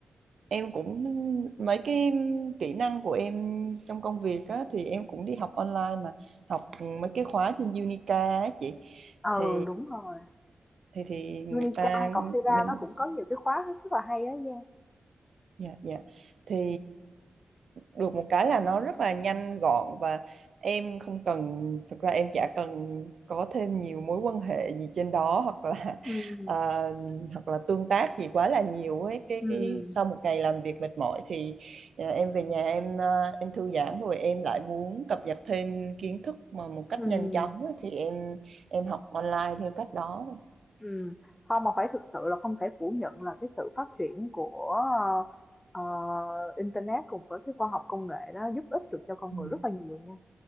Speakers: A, on the right (about 70°); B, on the left (about 20°).
A: em cũng mấy cái kỹ năng của em trong công việc á, thì em cũng đi học online mà học mấy cái khóa trên Unica á chị
B: Ừ,
A: thì
B: đúng rồi,
A: thì thì người
B: Unica
A: ta
B: hay Coursera
A: mình
B: nó cũng có nhiều cái khóa rất là hay á Giang.
A: Dạ dạ thì được một cái là nó rất là nhanh gọn và em không cần thực ra em chả cần có thêm nhiều mối quan hệ gì trên đó hoặc là <laughs>
B: Ừm,
A: ờ, hoặc là tương tác gì quá là nhiều ấy cái
B: ừm,
A: cái sau một ngày làm việc mệt mỏi thì ờ, em về nhà em ờ, em thư giãn rồi em lại muốn cập nhật thêm kiến thức mà một cách
B: ừm,
A: nhanh chóng ấy, thì em em học online theo cách đó.
B: ừm. Không mà phải thực sự là không thể phủ nhận là cái sự phát triển của ờ, ờ, internet cùng với cái khoa học công nghệ đó giúp ích được cho con
A: Ừ,
B: người rất là nhiều nha.